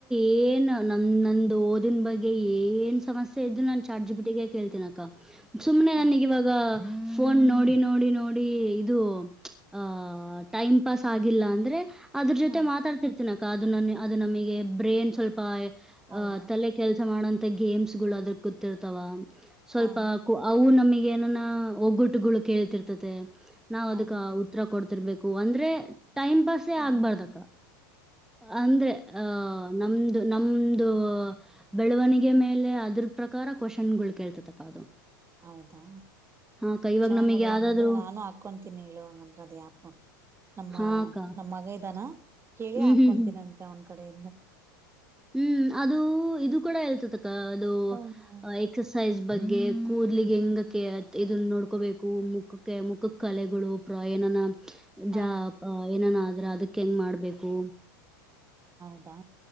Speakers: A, in the centre; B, on the right (about 25°).
A: ಏನ್ ನ ನಂದು ಓದ ಇದನ್ ಬಗ್ಗೆ ಏನ್ ಸಮಸ್ಯೆ ಇದ್ದ ನಾ ಚಾರ್ಜಿಪಟಿಗೆ ಕೇಳ್ತೀನ <inaudible> ಸುಮ್ನೆ
B: ಹ
A: ನನಗ ಇವಾಗ ಫೋನ್ ನೋಡಿ ನೋಡಿ ನೋಡಿ ಇದು ಅ ಟೈಮ್ ಪಾಸ್ ಆಾಗಿಲ್ಲ ಅಂದ್ರೆ ಅದ್ರ ಜೊತೆ
B: ಹ
A: ಮಾತಾತಿರ್ತೀನಾ ಅದು ನನ್ನ ಅದು ನಮಗೆ ಬ್ರೇನ್ ಸ್ವಲ್ಪ
B: ಹೌದಾ
A: ಅ ತಲೆ ಕೆಲ್ಸ ಮಾಡೋಂತ ಮ ಗೇಮ್ಸ್ ಗಳು ಅದ್ರ ಕೂತಿರ್ತಾವ ಸ್ವಲ್ಪಕ
B: ಹಾ
A: ಅವು ನಮಗ್ ಏನ ಒಗ್ಗುಟ್ಟುಗಳು ಕೇೇಳತಿರ್ತತೆ ನಾವ್
B: ಹಾ
A: ಅದಕ್ ಉತ್ತರ ಕೊಡ್ ಇರ್ಬೇಕು ಅಂದ್ರೆ ಟೈಮ್ ಪಾಸೇ
B: ಹ್ಮ್
A: ಆಗ್ಬಾರ್ದಕ್ಕ ಅಂದ್ರೆ ಅಹ ನಮ್ದ ನಮ್ದ ಬೆಳವಣಿಗೆ ಮೇಲೆ ಅದ್ರ ಪ್ರಕಾರ ಕ್ವಶನ್ ಕೇಳ್ತತಕ್ಕ ಅದು
B: ಹೌದಾ
A: ಹಾ ಅಕ್ಕ ಇವಾಗ
B: ಚೆನ್ನಾಗ್
A: ನಮಗೆ
B: ನಡುುವ
A: ಯಾವ್ದಾದ್ರು
B: ಹಂಗಂದ್ರ ನಾನು ಹಾಕೊತೀನಿ ಇ ಹಂಗಂದ್ರ ಅದ ಯಾಪು ನಮ್ಮ
A: ಹಾ ಅಕ್ಕ
B: ನಮ್ಮ ಮಗ ಇದಾನ ಕೇಳಿ
A: ಹ್ಮ್
B: ಹಾಕೊತೀನಿಂತೆ
A: ಹ್ಮ್ ಹ್ಮ್
B: ಅವ ಕಡೆೆಯಿಂದ
A: ಹ್ಮ್ ಅದು ಇದು ಕೂಡ ಹೇಳ್ತ ಅದು
B: ಹ ಹಾ
A: ಎಕ್ಸಸೈಸ್ ಬಗ್ಗೆ ಕೂದಲಿ ಹೆಂಗಕ್ಕೆ ಇದನ್ನು ನೋಡ್ಕೋಬೇಕು ಮುಖಕ್ಕೆ ಮುಖ ಕಲೆಗಳು ಪ್ರಯಾಣನ
B: ಹಾ
A: ಜಾ ಅ ಏನ ನ ಅ್ರೆ ಅದಕ್ಕೆ ಹೆಂಗ್ ಮಾಡ್ಬೇಕು
B: ಹೌದಾ